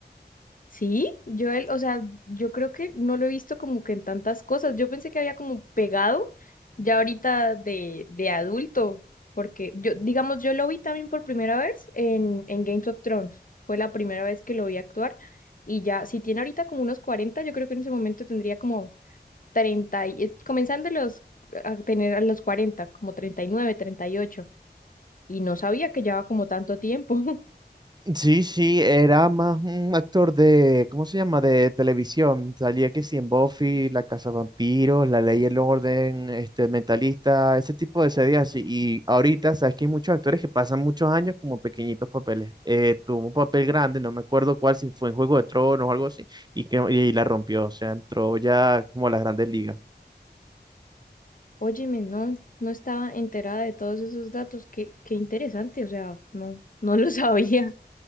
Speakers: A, on the left; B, on the right.
A: Sí, yo el, o sea, yo creo que no lo he visto como que en tantas cosas. Yo pensé que había como pegado ya ahorita de, de adulto, porque yo, digamos, yo lo vi también por primera vez en, en Games of Thrones. Fue la primera vez que lo vi actuar. Y ya, si tiene ahorita como unos 40 yo creo que en ese momento tendría como 30 y, es- comenzando los, a tener a los 40 como treinta treinta y nueve treinta y ocho y no sabía que llevaba como tanto tiempo. <laughs>
B: Sí, sí, era más un actor de, ¿cómo se llama? De televisión. Salía que sí en Buffy, La Casa Vampiros, La Ley y el Orden, este, El Mentalista, ese tipo de series así. Y ahorita, sabes que hay muchos actores que pasan muchos años como pequeñitos papeles. Eh, tuvo un papel grande, no me acuerdo cuál, si fue en Juego de Tronos o algo así, y que y la rompió, o sea, entró ya como a las grandes ligas.
A: Óyeme, no, no estaba enterada de todos esos datos, qué, qué interesante, o sea, no, no lo <laughs> sabía,